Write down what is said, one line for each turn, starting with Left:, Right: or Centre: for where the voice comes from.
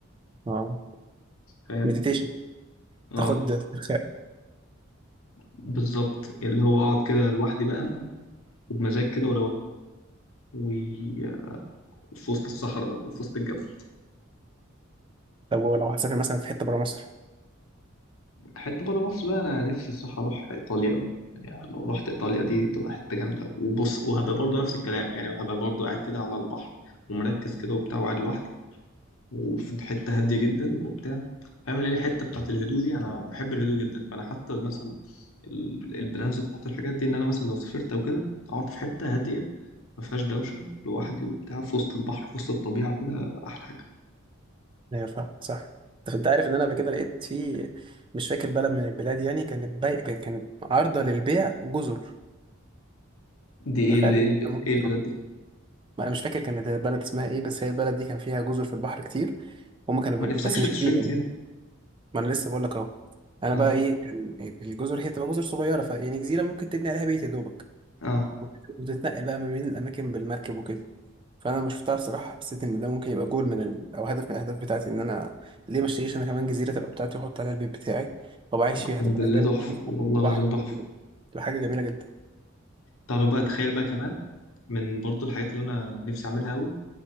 Right: اه
Left: فاهم
Right: مديتيشن
Left: اه
Right: تاخد استرخاء
Left: بالظبط اللي هو اقعد كده لوحدي بقى وبمزاج كده وروقان وفي وسط الصحراء بقى وفي وسط الجبل
Right: لو لو هتسافر مثلا في حته بره مصر
Left: حتة بره مصر بقى أنا نفسي الصراحة أروح إيطاليا أوي يعني لو رحت إيطاليا دي تبقى حتة جامدة وبص وهبقى برضه نفس الكلام يعني هبقى برضه قاعد كده على البحر ومركز كده وبتاع وقاعد لوحدي وفي حتة هادية جدا وبتاع فاهم اللي هي الحتة بتاعت الهدوء دي أنا بحب الهدوء جدا فأنا حتى مثلا ال- البلانز بتاعت الحاجات دي إن أنا مثلا لو سافرت أو كده أقعد في حتة هادية ما فيهاش دوشة لوحدي وبتاع في وسط البحر في وسط الطبيعة كده أحلى حاجة
Right: ايوه فاهم صح طب انت عارف ان انا قبل كده لقيت في مش فاكر بلد من البلاد يعني كانت باي كانت عارضه للبيع جزر
Left: دي إيه
Right: تخيل
Left: ال- إيه
Right: ان
Left: الب-
Right: انت ممكن
Left: إيه البلاد
Right: تروح
Left: دي
Right: ما انا مش فاكر كانت البلد اسمها ايه بس هي البلد دي كان فيها جزر في البحر كتير هما كانوا بي-
Left: ما نفسكش
Right: بس مش
Left: تشتري
Right: كبيره يعني
Left: جزيرة
Right: ما انا لسه بقول لك اهو انا
Left: اه
Right: بقى ايه كان الجزر هي تبقى جزر صغيره فيعني جزيره ممكن تبني عليها بيت يا دوبك
Left: اه
Right: وت- وتتنقل بقى ما بين الاماكن بالمركب وكده فانا لما شفتها بصراحه حسيت ان ده ممكن يبقى جول من ال... او هدف من الاهداف بتاعتي ان انا ليه ما اشتريش انا كمان جزيره تبقى بتاعتي واحط عليها البيت بتاعي وابقى عايش
Left: اقسم
Right: فيها تبقى
Left: بالله
Right: زي ما
Left: تحفه
Right: أنت بتقول
Left: والله
Right: فوق البحر
Left: العظيم تحفه
Right: تبقى حاجه جميله جدا
Left: تعرف بقى تخيل بقى كمان من برضو الحاجات اللي انا نفسي اعملها قوي